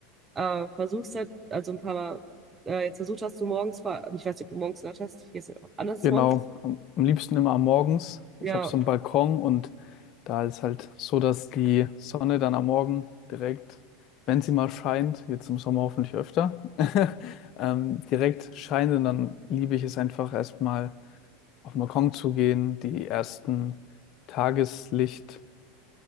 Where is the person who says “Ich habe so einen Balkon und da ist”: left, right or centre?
Left